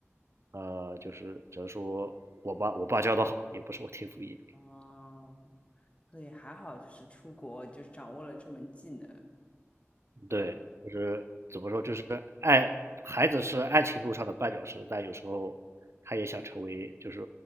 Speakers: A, on the right; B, on the left.
A: 呃，就是只能说我爸我爸教的好，也不是我天赋异禀。
B: 哦，所以还好就是出国就是掌握了这门技能，啊，
A: 对，就是怎么说，就是爱孩子是爱情路上的绊脚石，但有时候他也想成为，就是